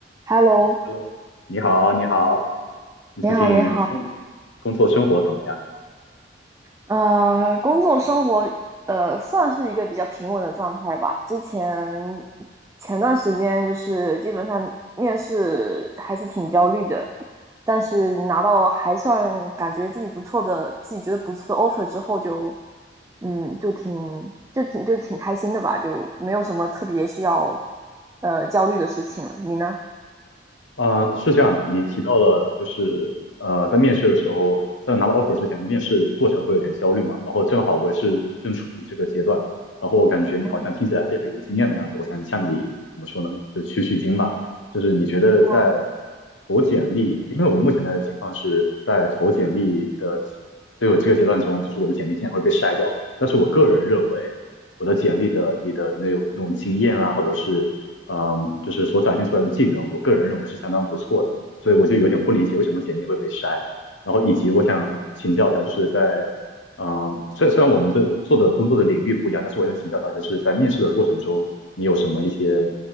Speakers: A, on the right; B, on the left.
A: Hello，
B: h e 你好，你好，你最近生
A: 你好，你好，
B: 工作生活怎么样？
A: 呃，工作生活，呃，算是一个比较平稳的状态吧。之前前段时间就是基本上面试还是挺焦虑的，但是拿到还算感觉自己不错的，自己觉得不错的 offer 之后就，嗯，就挺就挺就挺开心的吧，就没有什么特别需要呃焦虑的事情了。你呢？
B: 呃，是这样的，你提到了就是呃，在面试的时候，在拿到 offer 之前的面试过程会有点焦虑嘛，然后正好我也是正处于这个阶段，然后我感觉你好像听起来非常有经验的样子，
A: 嗯，
B: 我想向你怎么说呢，就取取经吧，就是你觉得在
A: 嗯。
B: 投简历，因为我目前的情况是在投简历的，所以我这个阶段中，就是我的简历经常会被筛掉，但是我个人认为我的简历的你的那种那种经验啊，或者是嗯，就是所展现出来的技能，我个人认为是相当不错的，所以我就有点不理解为什么简历会被筛。然后以及我想请教一下，就是在嗯，虽虽然我们的做的工作的领域不一样，但是我想请教一下，就是在面试的过程中，你有什么一些